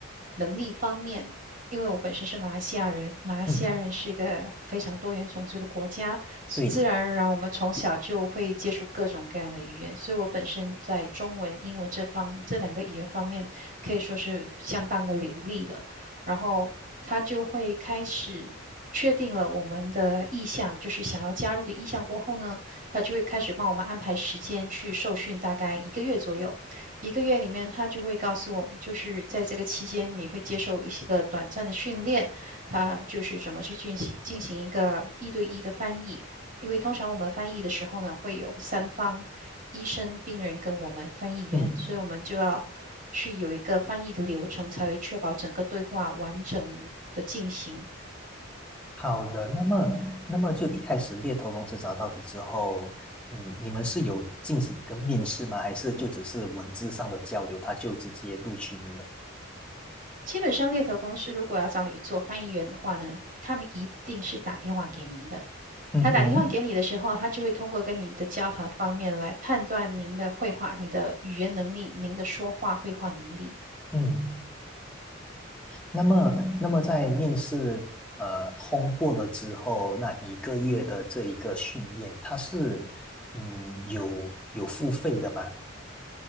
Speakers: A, on the right (about 40°); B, in the centre.
A: 能力方面，因为我本身是马来西亚人，马来西亚人是一个非常多元种族的国家，
B: 嗯，
A: 自然而然我们从小就会接触各种各样的语言，
B: 对，
A: 所以我本身在中文、英文这方这两个语言方面可以说是相当的流利的。然后他就会开始确定了我们的意向，就是想要加入的意向过后呢，他就会开始帮我们安排时间去受训，大概一个月左右。一个月里面，他就会告诉我们，就是在这个期间，你会接受一些个短暂的训练，他就是怎么去进行进行一个一对一的翻译。因为通常我们翻译的时候呢，会有三方，医生、病人跟我们翻译员，
B: 嗯
A: 所以我们就要去有一个翻译的流程，才会确保整个对话完整的进行。
B: 好的，那么，那么就一开始猎头公司找到你之后，嗯，你们是有进行一个面试吗？还是就只是文字上的交流，他就直接录取你了？
A: 基本上，猎头公司如果要找你做翻译员的话呢，他们一定是打电话给您的，
B: 嗯哼，
A: 他打电话给你的时候，他就会通过跟你的交谈方面来判断您的绘画、您的语言能力、您的说话绘画能力。
B: 嗯，那么，那么在面试呃通过了之后，那一个月的这一个训练，它是嗯有有付费的吗？